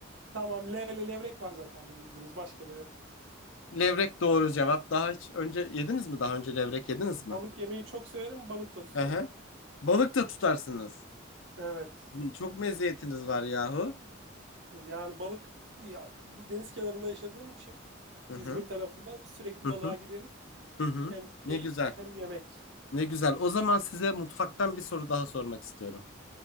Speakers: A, on the right; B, on the left.
A: Tamam, le le levrek var zaten bir bildiğimiz. Başka da yok.
B: Levrek doğru cevap. Daha hiç önce yediniz mi? Daha önce levrek yediniz mi?
A: Balık yemeyi çok severim, balık da tutarım.
B: Hı hı. Balık da tutarsınız.
A: Evet.
B: Çok meziyetiniz var yahu.
A: Yani balık ya, bu deniz kenarında yaşadığım için
B: Hı
A: İzmir
B: hı.
A: tarafında biz sürekli
B: Hı
A: balığa
B: hı.
A: gideriz.
B: Hı hı.
A: Hem keyif
B: Ne güzel.
A: hem yemek.
B: Ne güzel. O zaman size mutfaktan bir soru daha sormak istiyorum.